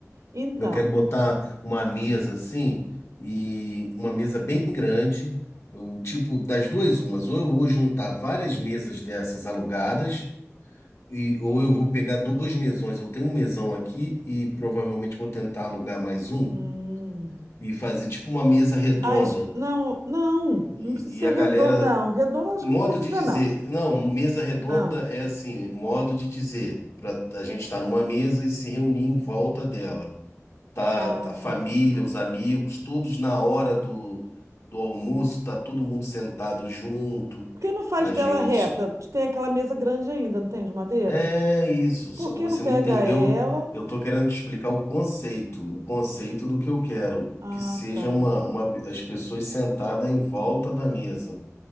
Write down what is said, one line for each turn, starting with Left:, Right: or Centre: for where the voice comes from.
Right: Então,
Left: Eu quero botar uma mesa assim, e uma mesa bem grande, o tipo das duas umas, ou eu vou juntar várias mesas dessas alugadas, e ou eu vou pegar dois mesões. Eu tenho um mesão aqui e provavelmente vou tentar alugar mais um
Right: hum,
Left: e fazer tipo uma mesa redonda.
Right: ah, isso, que- não, não,
Left: E,
Right: não precisa ser
Left: e a
Right: redondo.
Left: galera,
Right: Não, redondo eu acho
Left: modo
Right: que não precisa,
Left: de dizer,
Right: não.
Left: não, mesa redonda
Right: Ah,
Left: é assim, modo de dizer, para a gente estar numa mesa e se reunir em volta dela. tá
Right: ah,
Left: tá a família,
Right: tá.
Left: os amigos, todos na hora do, do almoço, tá todo mundo sentado junto,
Right: Por que não faz
Left: a
Right: dela
Left: gente.
Right: reta? Tem aquela mesa grande ainda, não tem, de madeira?
Left: É isso, só-
Right: Por que
Left: você
Right: não pega
Left: não entendeu?
Right: ela?
Left: Eu tô querendo te explicar o conceito, o conceito do que eu quero,
Right: Ah,
Left: que seja
Right: tá.
Left: uma, uma, as pessoas sentadas em volta da mesa.